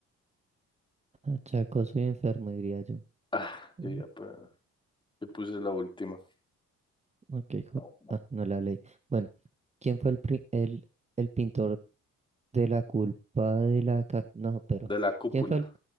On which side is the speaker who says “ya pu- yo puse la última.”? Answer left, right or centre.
Left